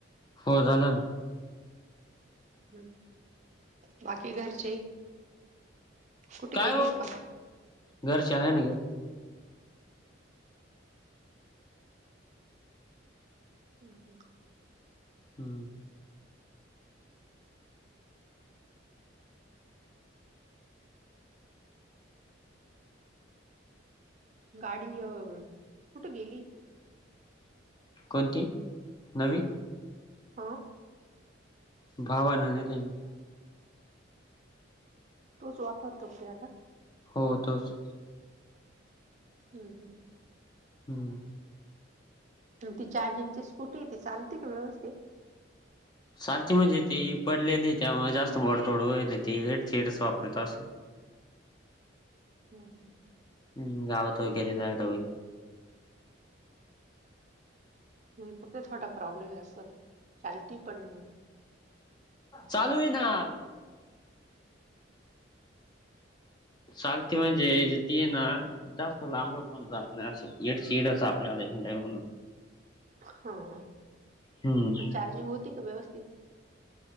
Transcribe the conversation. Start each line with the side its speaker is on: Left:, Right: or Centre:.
Left: हो झालं ना.
Right: हम् बाकी घरचे कुठे
Left: काय
Right: गेले
Left: ओ,
Right: का बा
Left: घरचे आहे ना घ
Right: हम हम.
Left: हम्म.
Right: गाडी अ कुठं गेली?
Left: कोणती नवी?
Right: हा.
Left: भावान नेलय ना.
Right: तूच वापरतो <unintelligible> का?
Left: हो. तोच.
Right: हम् हम्.
Left: हम्म.
Right: ती चार्जिंगची स्कूटी ती चालते का व्यवस्थित?
Left: चालती, म्हणजे ती पडलेली त्यामुळे जास्त मोडतोड व्हायल. ती हेडचीडच वापरत असं
Right: ह हम.
Left: हम्म. गावात वगैरे जायला वगैरे.
Right: म्हणजे फक्त थोडा प्रॉब्लेम आहे असं. चालती पण
Left: चालूई ना चालती म्हणजे ती ना जास्त लांबळ पण जात नाही. असं एडचिडच आपल्याला हिंडाय म्हणून.
Right: हा. हा.
Left: हम्म
Right: आणि चार्जिंग होती का व्यवस्थित?